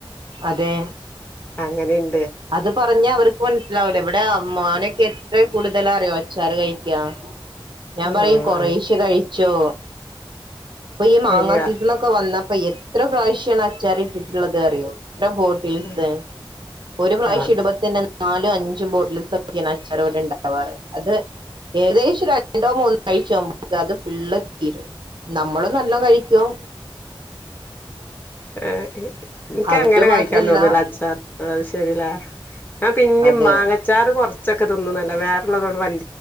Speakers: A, on the right; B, on the left.
A: അതെ
B: അങ്ങനെന്
A: അത് പറഞ്ഞ അവർക്ക് മനസ്സിലാവൂല ഇവിടെ മോനൊക്കെ എത്രേ കൂടുതലറിയോ അച്ചാറ് കയിക്കാ ഞാൻ
B: ആ
A: പറയും കൊറേശ്ശെ
B: അത്
A: കഴിച്ചോ ഇപ്പ ഈ മാങ്ങാ
B: ശരിയാ
A: സീസൺ ഒക്കെ വന്ന പ്പൊ എത്ര പ്രാവശ്യാണ് അച്ചാറിട്ടിട്ട്ള്ളത് അറിയോ എത്ര ബോട്ടിൽസ്
B: ഉം
A: ഒരു പ്രാവശ്യം
B: ആഹ് അത്
A: ഇടുപ്പോതന്നെ നാലും അഞ്ചും ബോട്ടിൽസൊക്കെയാണ് അച്ചറിവിടെ ഇണ്ടാവാറ് അത് ഏകദേശം രണ്ടോ മൂന്നോ ആഴ്ച ആവുമ്പോ അത് ഫുള്ള് തീരും നമ്മള് നല്ലോം കഴിക്കും
B: ആ ഏ എനിക്ക്
A: അവര്
B: അങ്ങനെ കഴിക്കാൻ
A: മാത്രല്ല
B: തോന്നൂല അച്ചാറ് അത് ശെരിലെ ആ പിന്നെ
A: അതെ
B: മാങ്ങച്ചാറ് കൊറച്ചൊക്കെ തിന്നുന്നല്ല വേ ള്ളതൊണ്ട് വെല്